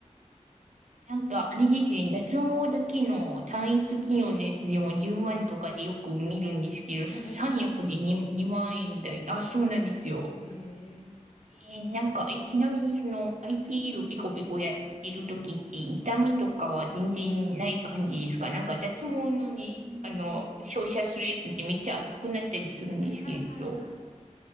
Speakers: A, on the right; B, on the left.
A: なんか、あれですね、脱毛だけの単一機能のやつでも10万とかでよく見るんですけど、
B: あ、
A: 3役で
B: え、そんなにですか
A: 2, 2万円台。あ、そうなんですよ。
B: へえ。
A: えーなんか、え、ちなみにその IPL ピーエルピコピコやってる時って痛みとかは全然ない感じですかなんか脱毛のね、
B: うーん。
A: あの、照射するやつってめっちゃ熱くなったりするんですけど、
B: はいはいはいはい。